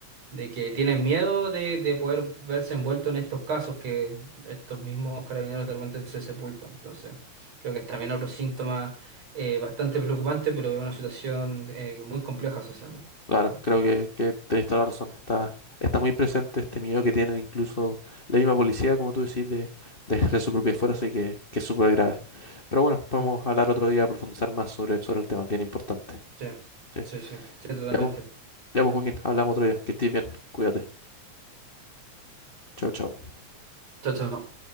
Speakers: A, on the right (about 60°); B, on the left (about 65°).
A: de que tienen miedo de, de poder verse envuelto en estos casos que estos mismos carabineros de repente se sepultan. Entonces, creo que es también otro síntoma eh, bastante preocupante, pero es una situación eh, muy compleja socialmente.
B: claro, creo
A: Sí,
B: que, que tenéis toda la razón. Está, está muy presente este miedo que tienen incluso la misma policía, como tú decís, de, de ejercer su propia fuerza y que, que es súper grave. Pero bueno, podemos
A: Mm.
B: hablar otro día, profundizar más sobre, sobre el tema, es bien importante.
A: sí,
B: Sí.
A: sí, sí, sí, totalmente.
B: Ya pues, ya pues, Joaquín, hablamos otro día. Que estés bien, cuídate. Chao, chao.
A: Chao, chao.